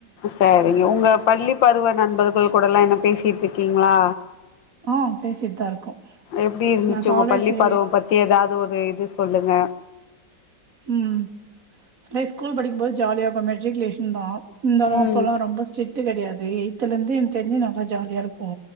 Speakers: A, on the left; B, on the right.
A: சேரிங்க உங்க பள்ளி பருவ நண்பர்கள் கூடலா இன்னோ பேசிட்ருக்கீங்ளா
B: ஆ பேசிட்டு தா இருக்கோ
A: எப்டி இருந்துச்சு
B: நா
A: உங்க
B: காலேஜு
A: பள்ளி பருவோ பத் தி ஏதாவ்து ஒரு இது சொல்லுங்க
B: ம் அதே ஸ்கூல் படிக்கும்போது ஜாலியா இருக்கு மெட்ரிகுலேஷன்தா இருந்தாலு
A: ம்
B: அப்பெல்லா ரொம்ப ஸ்ட்ரிக்ட்டு கடையாது எய்துல இருந்து எனக்கு தெரிஞ்சு நல்லா ஜாலியா இருப்போ